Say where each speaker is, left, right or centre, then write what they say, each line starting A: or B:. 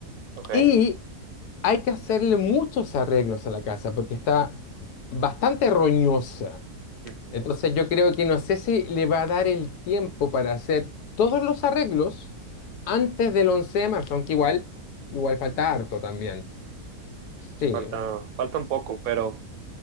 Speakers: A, on the right (about 70°); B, on the left (about 85°).
A: ok.
B: Y hay que hacerle muchos arreglos a la casa porque está bastante roñosa.
A: Ujú.
B: Entonces yo creo que no sé si le va a dar el tiempo para hacer todos los arreglos antes del 11 de marzo, aunque igual, igual falta harto también.
A: Sí,
B: Sí,
A: Falta, falta un poco, pero